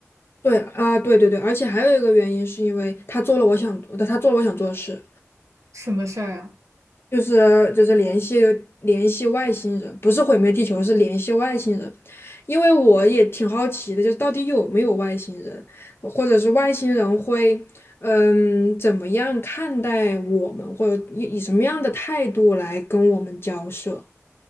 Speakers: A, on the left; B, on the right.
A: 对啊，对对对，而且还有一个原因是因为他做了我想，他做了我想做的事，
B: 什么事儿啊？
A: 就是就是联系联系外星人，不是毁灭地球，是联系外星人。因为我也挺好奇的，就是到底有没有外星人，或者是外星人会嗯怎么样看待我们，或者以以什么样的态度来跟我们交涉？